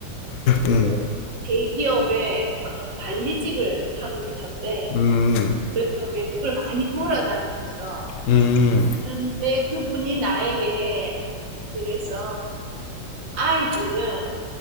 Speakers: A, on the right; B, on the left.
A: 그
B: 음,
A: 대기업의 어떤 관리직을 하고 계셨대.
B: 음,
A: 그래서 외국을 많이 돌아다니셨어.
B: 음,
A: 그런데 그분이 나에게 그래서 아이들은